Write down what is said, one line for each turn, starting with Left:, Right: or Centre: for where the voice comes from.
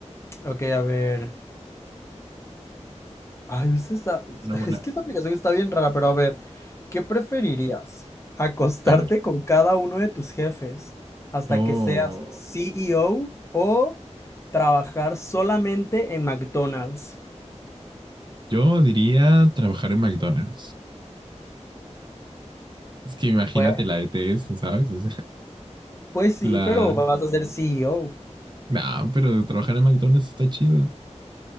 Left: Ok, a ver. Ay, ¿viste esta? <laughs>
Right: una buena.
Left: Es que esta aplicación está bien rara, pero a ver, ¿qué preferirías? ¿Acostarte
Right: A ver.
Left: con cada uno de tus jefes hasta
Right: Oh,
Left: que seas CEO o o trabajar solamente en McDonald's?
Right: yo diría trabajar en McDonald's. Es que imagínate
Left: Pues,
Right: la ETS, ¿sabes? O sea,
Left: pues sí,
Right: la,
Left: pero vas a ser CEO.
Right: Nah, pero trabajar en McDonald's está chido.